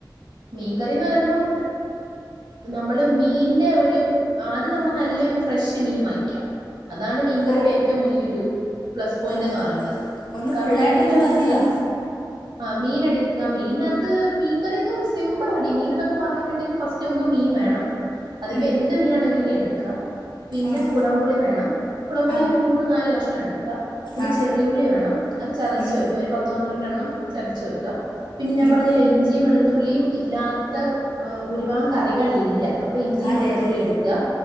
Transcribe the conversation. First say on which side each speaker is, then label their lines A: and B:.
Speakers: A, on the right; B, on the left.
A: മീൻകറിന്ന് പറയുമ്പം നമ്മള് മീന്റെ ഒരു ആദ്യം നമ്മൾ നല്ല ഫ്രഷ് മീൻ വാങ്ങിക്കുക അതാണ് മീൻകറിയടെ
B: ആ
A: ഏറ്റവും വലിയരു പ്ലസ് പോയിന്റ്ന്ന്
B: ആ
A: പറയുന്നത്
B: ഒന്ന്
A: കാരണം
B: ഫുള്ളായിട്ടൊന്ന്
A: നല്ല
B: പറഞ്ഞുതാ
A: മീൻ ആ മീന എടുക്ക മീയിനകത്ത് മീൻ കറി സിമ്പിൾ അടി മീൻ എന്നൊക്കെ പറയുമ്പോഴത്തേക്ക് ഫസ്റ്റ് നമുക്ക് മീൻ വേണം അതിപ്പോ
B: ഉം
A: എന്ത് മീനാണെങ്കിലും എ പിന്നെ
B: ആ
A: കുടംപുളി വേണം കുടംപുളി
B: ആ
A: ഒരു മൂന്ന് നാല് കഷണം എടുക്ക പിന്നെ
B: ആ
A: ചെറിയുള്ളി വേണം അത് ചതച്ച
B: ഉം
A: വെക്കാ ഒരു പത്ത പന്ത്രണ്ടെണ്ണം ചതച്ച വെക്കാ പിന്നെ ഞാൻ
B: ഉം
A: പറഞ്ഞലെ ഇഞ്ചിയും വെളുത്തുള്ളിയും ഇല്ലാത്ത് ഭൂരിഭാഗം കറികള ഇില്ല അപ്പൊ ഇഞ്ചിയും
B: അതെ
A: വെളുത്തുള്ളി
B: അതെ
A: എടുക്കുക